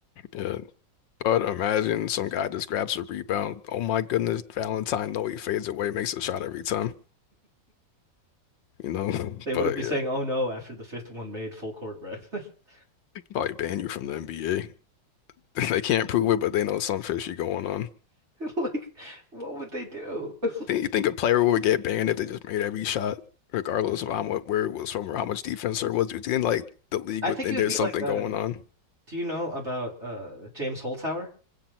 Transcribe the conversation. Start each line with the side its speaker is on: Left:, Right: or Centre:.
Left: Yeah, but imagine some guy just grabs a rebound. Oh my goodness, Valentine! No, he fades away, makes a shot every time. You know, <laughs>
Right: They wouldn't
Left: but
Right: be
Left: yeah,
Right: saying, "Oh no!" after the fifth one made full court press. <laughs>
Left: probably ban you from the NBA. <laughs> They can't prove it, but they know some fishy going on.
Right: Like, what would they do? <laughs>
Left: Think you think a player would get banned if they just made every shot, regardless of how much where it was from or how much defense there was? Do you think like the league
Right: I
Left: would
Right: think
Left: think
Right: it would
Left: there's
Right: be
Left: something
Right: like, uh,
Left: going on?
Right: do you know about uh James Holzhauer?